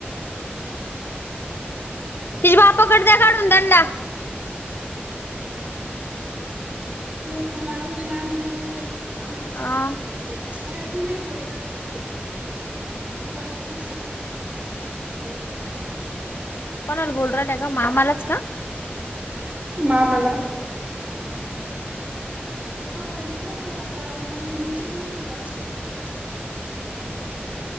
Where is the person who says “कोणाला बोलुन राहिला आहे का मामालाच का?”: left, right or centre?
Left